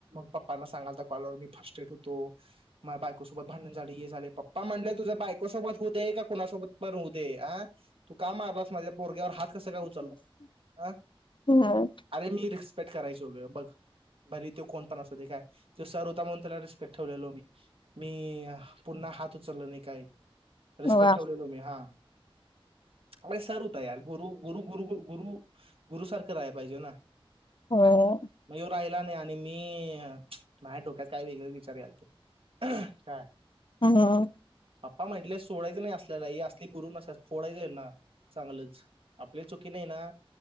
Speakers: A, on the right; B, on the left.
A: पप्पांना सांगायला लागलो होतो कॉल वर मी थे फर्स्टट्रेड होतो, माझंही बायकोसोबत भांडण झाली पप्पा म्हणले तुझ्या बायकोसोबत होऊ दे, की कोणासोबत पण होऊ दे आ, तू का मारलास माझ्या पोरग्यावर हात कस काय उचललास अ
B: हम्म
A: अरे मी रिक्स ट करायजोग बग. भरी ते कोण पण अस दे काय तो सर होता म्हणून त्याला रिस्पेक्ट ठेवलेलो मी, मी पुन्हा हात उचललो नाही काय. रिस्पेक्ट
B: हुआ
A: ठेवलेलो मी हा. मि संत यार गुरु गुरु गुरुु गुरु गुरु सारखं राहाया पाहिजे ना.
B: होय.
A: मग येऊ राहिला नाही आणि मी अ माया डोक्यात काय वेगळ विचार यालत, काय
B: हहम,
A: आप्पा म्हटले, सोडायचं नाही असल्याला असले गुरु नस फोडायच यान्ना चांगलच आपली चुकी नाही ना,